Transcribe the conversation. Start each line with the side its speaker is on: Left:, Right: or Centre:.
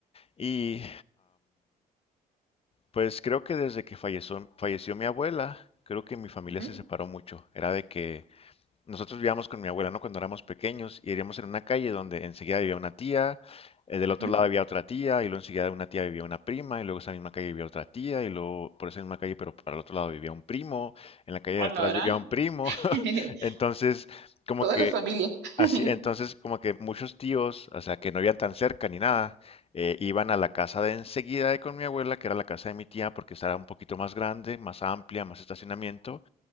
Left: Y pues creo que desde que falleció, falleció mi abuela, creo que mi familia
Right: ujú,
Left: se separó mucho. Era de que nosotros vivíamos con mi abuela, ¿no? Cuando éramos pequeños y vivíamos en una calle donde enseguida vivía una tía, eh, del
Right: ujú.
Left: otro lado había otra tía, y luego enseguida de una tía vivía una prima, y luego esa misma calle vivía otra tía, y luego por esa misma calle, pero para el otro lado vivía un primo, en la calle
Right: Hola,
Left: de atrás
Right: ¿verdad?
Left: vivía un primo.
Right: <laughs>
Left: <laughs> Entonces, como
Right: Toda
Left: que
Right: la familia. <laughs>
Left: Así, entonces, como que muchos tíos, o sea, que no vivían tan cerca ni nada, eh, iban a la casa de enseguida de con mi abuela, que era la casa de mi tía, porque estaba un poquito más grande, más amplia, más estacionamiento,